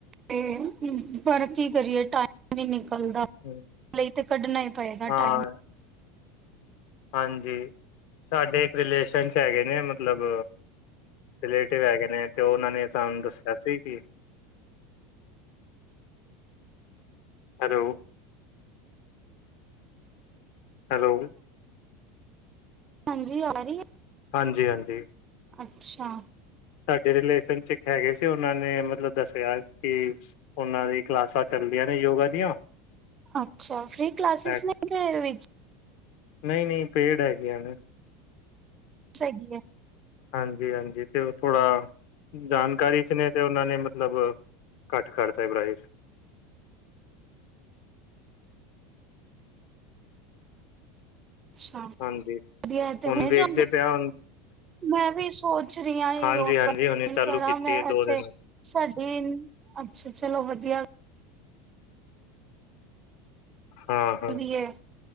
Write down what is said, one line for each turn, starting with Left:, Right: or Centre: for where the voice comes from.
Right: ਅਤੇ ਪਰ ਕੀ ਕਰੀਏ ਟਾਈਮ ਵੀ ਨ ਦਾ
Left: ਹਮ,
Right: ਲਈ ਤੇ ਕੱਢਣਾ ਹੀ ਪਏਗਾ
Left: ਹਾਂ,
Right: ਟਾਈਮ
Left: ਹਾਂਜੀ ਸਾਡੇ ਇੱਕ ਰਿਲੇਸ਼ਨ ' ਹੈਗੇ ਨੇ ਮਤਲਬ ਰਿਲੇਟਿਵ ਹੈਗੇ ਨੇ ਤੇ ਉਹਨਾਂ ਨੇ ਤੁਹਾਨੂੰ ਦੱਸਿਆ ਸੀ ਕਿ ਹੈਲੋ ਹੈਲੋ
Right: ਹਾਂਜੀ ਆ ਰਹੀ ਹੈ
Left: ਹਾਂਜੀ ਹਾਂਜੀ
Right: ਅੱਛਾ
Left: ਸਾਡੇ ਰਿਲੇਸ਼ਨ ਚ ਇੱਕ ਹੈਗੇ ਸੀ ਉਹਨਾਂ ਨੇ ਮਤਲਬ ਦੱਸਿਆ ਕਿ ਉਹਨਾਂ ਦੀ ਕਲਾਸਾਂ ਚੱਲਦੀਆਂ ਨੇ ਯੋਗਾ ਦੀਆਂ
Right: ਅੱਛਾ ਫ੍ਰੀ ਕਲਾਸਿਸ
Left: ਐਕਸ
Right: ਨੇ ਵਿੱਚ
Left: ਨਹੀਂ ਨਹੀਂ ਪੇੜ ਹੈਗੀਆਂ ਨੇ
Right: ਸਗੀ ਹੈ
Left: ਹਾਂਜੀ ਹਾਂਜੀ ਤੇ ਉਹ ਥੋੜਾ ਜਾਣਕਾਰੀ ਚ ਨੇ ਤੇ ਉਹਨਾਂ ਨੇ ਮਤਲਬ ਘੱਟ ਕਰਤਾ ਪ੍ਰਾਈਜ਼ <inaudible>
Right: ਅੱਛਾ
Left: ਹਾਂਜੀ
Right: ਵਧੀਆ
Left: ਹੁਣ ਵੇਖਦੇ
Right: ਜਾਗੇ
Left: ਪਿਆ ਹੁਣ
Right: ਮੈਂ ਵੀ ਸੋਚ ਰਹੀ ਹ
Left: ਹਾਂਜੀ
Right: ਉਹ
Left: ਹਾਂਜੀ
Right: ਗ
Left: ਹੁਣੇ ਚਾਲੂ
Right: ਕਰਾਂ
Left: ਕੀਤੀ
Right: ਮੈਂ
Left: ਹੈ ਦੋ
Right: ਇੱਥੇ
Left: ਦਿਨ
Right: ਸਾਡੇ ਅੱਛਾ ਚਲੋ ਵਧੀਆ
Left: ਹਾਂ ਹਾਂ
Right: ਵੀ ਹੈ